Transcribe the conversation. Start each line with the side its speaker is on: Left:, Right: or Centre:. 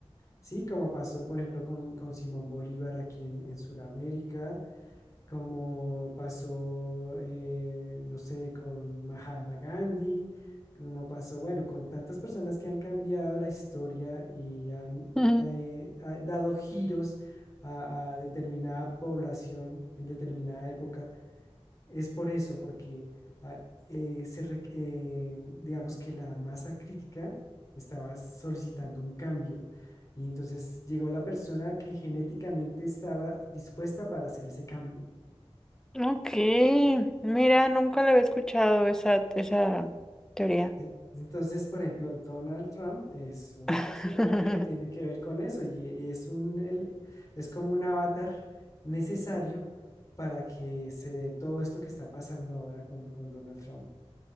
Left: Sí, como pasó, por ejemplo, con, con Simón Bolívar aquí en, en Sudamérica, como pasó, eh, no sé, con Mahatma Gandhi, como pasó, bueno, con tantas personas que han cambiado la historia y han
Centre: Ujú.
Left: eh, ha dado giros a, a determinada población en determinada época, es por eso, porque ah, eh, se re- eh, digamos que la masa crítica estaba solicitando un cambio. Y entonces llegó la persona que genéticamente estaba dispuesta para hacer ese cambio.
Centre: Ok. Mira, nunca la había escuchado esa, esa teoría.
Left: E- Entonces, por ejemplo, Donald Trump es una
Centre: <laughs>
Left: persona que tiene que ver con eso y, y es un, el- es como un avatar necesario para que se dé todo esto que está pasando ahora con, con Donald Trump.